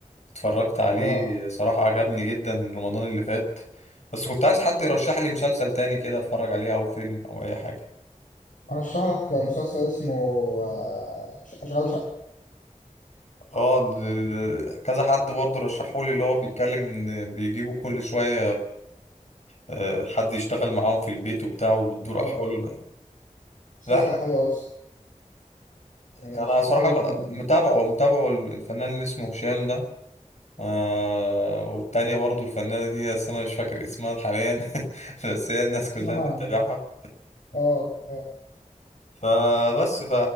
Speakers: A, on the left; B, on the left.
A: اتفرجت عليه
B: أه
A: صراحة عجبني جدا رمضان اللي فات بس كنت عايز حد يرشح لي مسلسل تاني كده اتفرج عليه او فيلم او اي حاجة
B: أرشح لك مسلسل اسمه آه، ش- أشغال شقة
A: اه د- د- كذا حد برضه رشحولي اللي هو بيتكلم ان بيجيبوا كل شوية آه، حد يشتغل معاهم في البيت وبتاع وبتدور
B: اه
A: احواله
B: آه. مسلسل
A: لا ح-
B: حلو أوي الصراحة. يعني
A: انا
B: مسلسل
A: صراحة
B: حلو وكوميدي
A: متابعه
B: كمان
A: متابعه الفنان اللي اسمه هشام ده آه والتانية برضه الفنانة دي بس انا مش فاكر اسمها حاليا <laughs> بس هي الناس
B: اسمها
A: كلها بتتابعها
B: اه اه
A: فبس ف